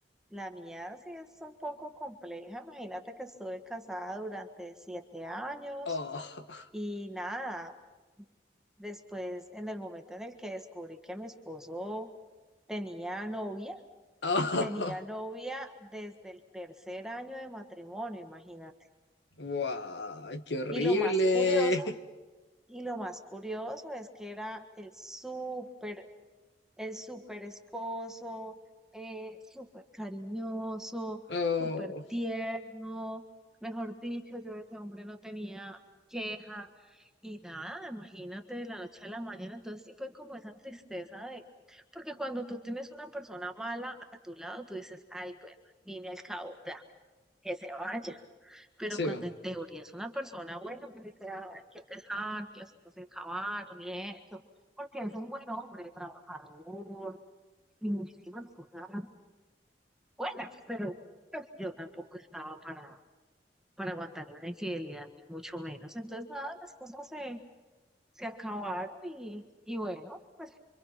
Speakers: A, in the centre; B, on the left (about 80°).
A: la mía sí es un poco compleja. Imagínate que estuve casada durante siete años
B: Oh,
A: y nada, después en el momento en el que descubrí que mi esposo tenía novia,
B: <laughs>
A: tenía
B: oh.
A: novia desde el tercer año de matrimonio, imagínate.
B: ¡Guau! ¡Qué horrible!
A: Y lo más curioso,
B: <laughs>
A: y lo más curioso es que era el súper Es súper esposo, eh, súper cariñoso,
B: Oh,
A: súper tierno. Mejor dicho, yo de ese hombre no tenía queja y nada, imagínate de la noche a la mañana. Entonces sí fue como esa tristeza de, porque cuando tú tienes una persona mala a tu lado, tú dices, ay, bueno, al fin y al cabo, ya, que se vaya. Pero
B: sí,
A: cuando en teoría
B: po.
A: es una persona buena, pues dice, ay, qué pesar, que las cosas se acabaron y eso. Porque es un buen hombre, trabajador, y muchísimas cosas buenas, pero pues, yo tampoco estaba para, para aguantar una infidelidad, ni mucho menos. Entonces, nada, las cosas se, se acabaron y, y bueno, pues